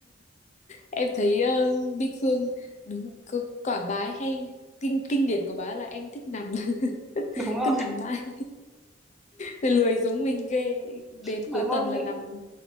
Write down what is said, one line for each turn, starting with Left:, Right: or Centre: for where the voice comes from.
Left: em thấy ờ, Bích Phương đúng c- quả bá hay kinh kinh điển của bá là em thích nằm <laughs>
Centre: <laughs> đúng rồi
Left: cứ nằm mãi lười giống mình ghê đến
Centre: mà
Left: cuối
Centre: môn
Left: tuần là
Centre: bên
Left: nằm